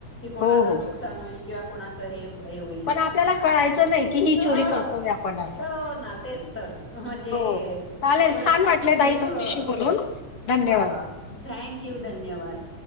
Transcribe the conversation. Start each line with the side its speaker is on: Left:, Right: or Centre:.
Centre: कोणाला
Left: हो हो
Centre: नुकसान होईल किंवा कोणाचं हे हे होईल
Left: पण
Centre: असं
Left: आपल्याला कळायचं नाही की ही
Centre: हो
Left: चोरी करतोय आपण असं
Centre: हो ना तेच तर म्हणजे
Left: हो चालेल
Centre: पड
Left: छान वाटले ताई
Centre: हा
Left: तुमच्याशी बोलून धन्यवाद
Centre: हा थँक यू धन्यवाद